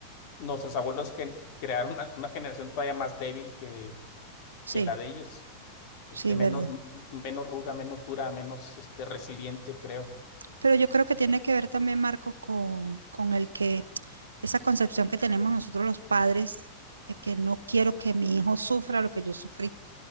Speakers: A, on the left (about 45°); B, on the right (about 75°).
A: nuestros abuelos gen- crearon una, una generación todavía más débil que,
B: Sí,
A: que la de ellos, este,
B: sí,
A: menos,
B: verdad.
A: m- menos ruda, menos dura, menos este, resiliente, creo.
B: Pero yo creo que tiene que ver también, Marco, con, con el que esa concepción que tenemos nosotros los padres, eh, que no quiero que mi hijo sufra lo que yo sufrí.